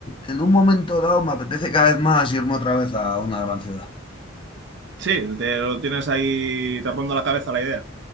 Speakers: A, on the left (about 25°); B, on the right (about 60°).
A: en un momento dado me apetece cada vez más irme otra vez a una gran ciudad.
B: Sí, te lo tienes ahí, te ronda la cabeza la idea.